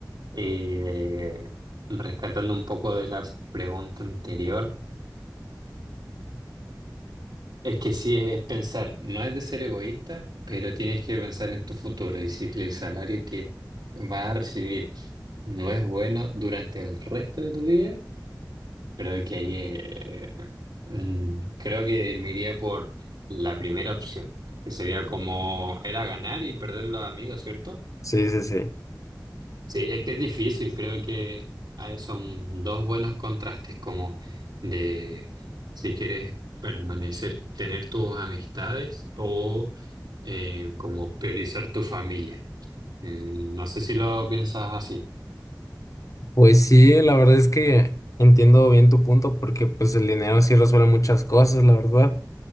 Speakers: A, on the right (about 75°); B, on the left (about 50°).
A: eh, rescatando un poco de la pregunta anterior, Es que sí, es pensar, no es de ser egoísta, pero tienes que pensar en tu futuro y si el salario que vas a recibir no es bueno durante el resto de tu vida, creo que ahí eh, mm, creo que me iría por la primera opción, que sería como era ganar y perder los amigos, ¿cierto?
B: Sí, sí, sí.
A: Sí, es que es difícil, creo que ah, son dos buenos contrastes, como de si quieres permanecer, tener tus amistades o eh, como priorizar tu familia. Mm, No sé si lo piensas así.
B: Pues sí, la verdad es que entiendo bien tu punto porque pues el dinero sí resuelve muchas cosas, la verdad.